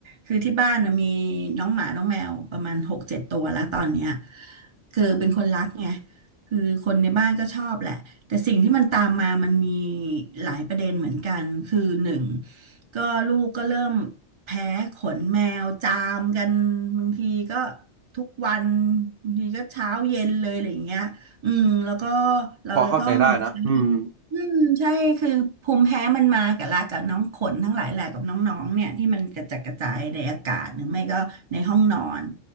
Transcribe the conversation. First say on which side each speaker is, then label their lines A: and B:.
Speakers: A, on the right; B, on the right.
A: คือที่บ้านนะมีน้องหมา น้องแมวประมาณหกเจ็ดตัวแล้วตอนเนี้ยคือเป็นคนรักไงคือคนในบ้านก็ชอบแหละแต่สิ่งที่มันตามมามันมีหลายประเด็นเหมือนกันคือหนึ่งก็ลูกก็เริ่มแพ้ขนแมวจามกันบางทีก็ทุกวันบางทีก็เช้าเย็นเลยอะไรอย่างเงี้ย อืมแล้วก็เราจะต้องใช้
B: พอเข้าใจได้นะอืม
A: อืมใช่คือภูมิแพ้มันมากับลากับน้องขนทั้งหลายแหละกับน้องๆเนี่ยที่มันกระจัดกระจายในอากาศหรือไม่ก็ในห้องนอน